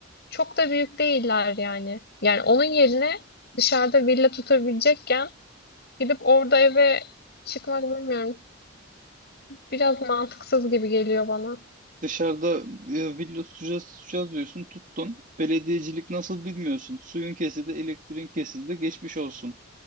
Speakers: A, on the left (about 55°); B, on the right (about 40°).
A: Çok da büyük değiller yani. Yani onun yerine dışarıda villa tutabilecekken gidip orada eve çıkmak bilmiyorum. Biraz mantıksız gibi geliyor bana. <laughs>
B: Dışarıda e, villa tutacağız, tutacağız diyorsun, tuttun. Belediyecilik nasıl bilmiyorsun. Suyun kesildi, elektriğin kesildi, geçmiş olsun.